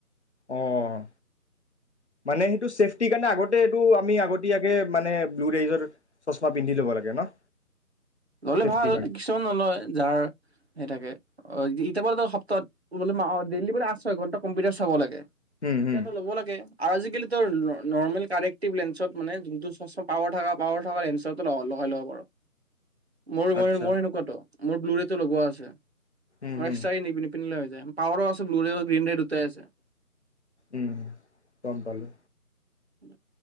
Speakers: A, on the left; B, on the right.
A: অ', মানে সেইটো চেফটি সেইকাৰণে আগতে এইটো আমি আগতে, তেতিয়াকে মানে ব্লুৰেজৰ চশমা পিন্ধি ল'ব লাগে ন'।
B: ল'লে
A: চেফটিৰ
B: ভাল,
A: কাৰণে
B: কিছুমান নলয়, যাৰ সেই থাকে, অ', ই কেৱল এটা সপ্তাহত বোলে মাহত ডেইলি বোলে আঠ, ছয় ঘণ্টা কম্পিউটাৰ চাব লাগে।
A: উম
B: এতিয়াতো
A: হুম
B: ল'ব লাগে। আৰু আজিকালিতো নৰ্মেল, কাৰেক্টিভ লেন্ঞ্চত মানে, যোনটো চচমা পাৱাৰ থকা পাৱাৰ থকা লেন্ঞ্চতো লগাই ল'ব পাৰ। মোৰ, মই,
A: আচ্ছা
B: মোৰ এনেকুৱাতো। মোৰ ব্লু ৰে'টো লগোৱা আছে। অ'
A: উম হুম
B: চাই <unintelligible> নিন পিন্ধিলে হৈ যায়, পাৱাৰো আছে ব্লু ৰে আৰু গ্ৰীণ ৰে দুটাই আছে।
A: উম, গ'ম পালো।
B: উম।